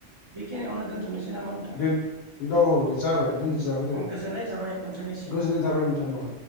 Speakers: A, on the right (about 30°); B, on the left (about 75°).
A: बेखिनियावनो दोनथ'नो दोनथ'नोसै नामा नोंथां?
B: दोन औ औ जाबाय दोनथ'जागोन दे औ
A: गोजोननाय थाबाय नोंथांनिसिम
B: गोजोननाय थाबाय नोंथां औ।